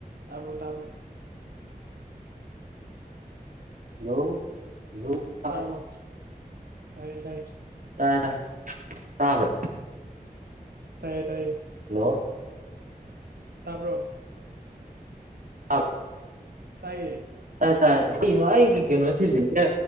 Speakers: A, on the right (about 90°); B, on the right (about 60°).
A: ꯇꯥꯕꯔꯣ ꯇꯥꯕꯔꯣ
B: hello hello ꯇꯥꯏ
A: ꯇꯥꯔꯕꯣ ꯇꯥꯏꯌꯦ ꯇꯥꯏꯌꯦ
B: ꯇꯥꯔꯦ ꯇꯥꯔꯦ ꯇꯥꯕ꯭ꯔꯥ
A: ꯇꯥꯏꯌꯦ ꯇꯥꯏꯌꯦ
B: ꯍꯜꯂꯣ
A: ꯇꯥꯕ꯭ꯔꯣ
B: ꯑꯥꯎ
A: ꯇꯥꯏꯌꯦ
B: ꯇꯥꯏ ꯇꯥꯌꯦ ꯀꯩꯅꯣ ꯑꯩꯒꯤ ꯀꯩꯅꯣ ꯊꯤꯜꯂꯤꯖꯦ